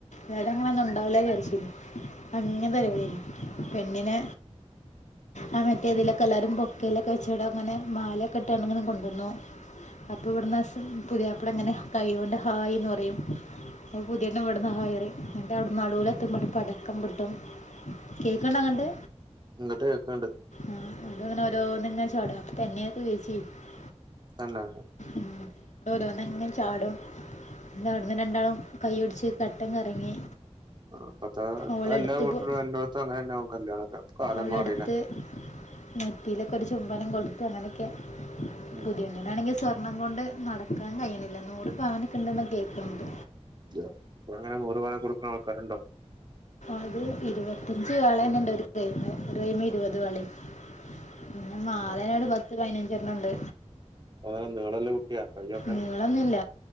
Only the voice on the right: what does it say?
ഇങ്ങട്ട് കേക്ക്ണ്ട്.
തെന്നെ
ഇപ്പത്തെ
എല്ലാ വീട്ടിലും
എലോടത്തും അങ്ങനെന്നാവും കല്യാണ കാലം
മാറില്ലേ.
ഉം
അ അപ്പൊ അങ്ങനെ നൂറ് പവനൊക്കെ കൊടുക്കുന്ന ആൾക്കാരുണ്ടോ.
അങ്ങനം നീള്ല്ല കുട്ടിയാ ക